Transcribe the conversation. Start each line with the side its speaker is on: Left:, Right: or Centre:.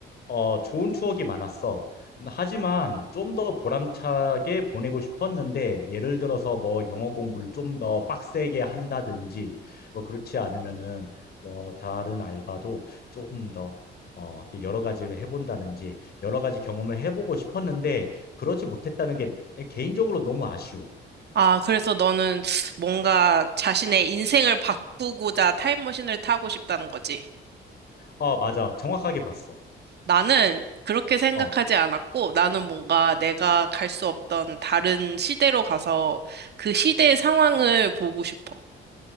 Left: 어, 좋은 추억이 많았어. 하지만 좀 더 보람차게 보내고 싶었는데 예를 들어서 뭐 영어 공부를 좀 더 빡세게 한다든지 뭐 그렇지 않으면은 뭐 다른 알바도 좀 더 어, 되게 여러 가지를 해본다든지 여러 가지 경험을 해보고 싶었는데 그러지 못했다는 게 개인적으로 너무 아쉬워.
Right: 아, 그래서 너는 뭔가 자신의 인생을 바꾸고자 타임머신을 타고 싶다는 거지?
Left: 어, 맞아. 정확하게 봤어.
Right: 나는 그렇게 생각하지
Left: 어,
Right: 않았고, 나는 뭔가 내가 갈 수 없던 다른 시대로 가서 그 시대의 상황을 보고 싶어.